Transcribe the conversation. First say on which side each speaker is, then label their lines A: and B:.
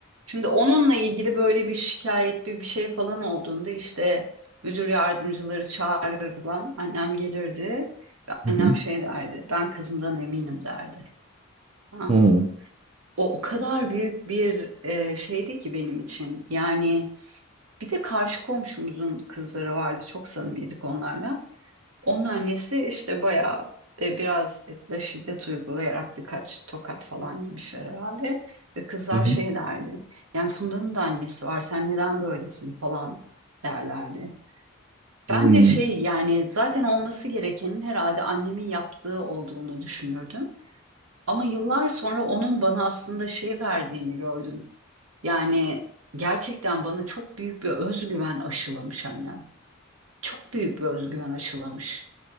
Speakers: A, on the right; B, on the right.
A: Şimdi onunla ilgili böyle bir şikayet bir, bir şey falan olduğunda işte müdür yardımcıları çağırırdı lan. Annem gelirdi ve
B: Hı
A: annem
B: hı.
A: şey derdi ben kızımdan eminim derdi. Tamam
B: Hı hı.
A: mı? O, o kadar büyük bir e, şeydi ki benim için. Yani bir de karşı komşumuzun kızları vardı çok samimiydik onlarla. Onun annesi işte bayağı ve biraz da şiddet uygulayarak birkaç tokat falan yemişler herhalde. Ve kızlar
B: Hı hı.
A: şey derdi. Yani Funda'nın da annesi var. Sen neden böylesin falan derlerdi.
B: Hmm.
A: Ben de şey yani zaten olması gerekenin herhalde annemin yaptığı olduğunu düşünürdüm. Ama yıllar sonra onun bana aslında şey verdiğini gördüm. Yani gerçekten bana çok büyük bir özgüven aşılamış annem. Çok büyük bir özgüven aşılamış